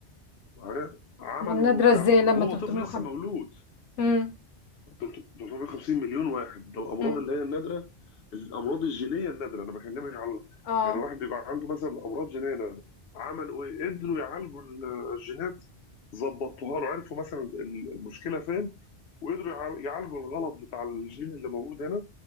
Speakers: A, on the left; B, on the left.
A: معايا عملوا
B: والنادرة
A: تع-
B: ازاي لما
A: وهو
B: 350
A: طفل لسه مولود
B: امم
A: 350 مليون واحد ده الامراض
B: امم
A: اللي هي النادره الامراض الجينيه النادره انا بكلمك على
B: اه
A: يعني واحد بيبقى عنده مثلا امراض جينيه نادره عملوا ايه قدروا يعالجوا ال- الجينات ظبطوها له عرفوا مثلا ال- المشكله فين وقدروا يع- يعالجوا الغلط بتاع الجين اللي موجود هنا